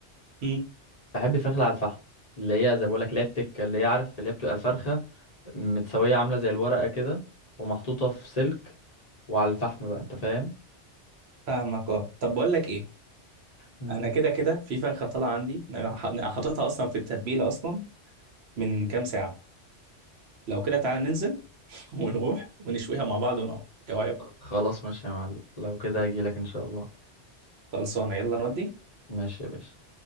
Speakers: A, on the right; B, on the left.
A: مم.
B: بحب الفراخ اللي على الفحم اللي هي زي ما بقول لك اللي هي التكه اللي هي عارف اللي هي بتبقى الفرخه متسويه عامله زي الورقه كده ومحطوطه في سلك وعلى الفحم بقى انت فاهم
A: فاهمك اه طب بقول لك ايه
B: مم.
A: انا كده كده في فرخه طالعه عندي انا ح- أنا حاططها اصلا في التتبيله اصلا من كام ساعه لو كده تعالى ننزل <laughs> ونروح ونشويها مع بعض ونقعد ايه رايك
B: خلاص ماشي يا معلم لو كده هجيلك ان شاء الله
A: خلصانه يلا نودي
B: ماشي يا باشا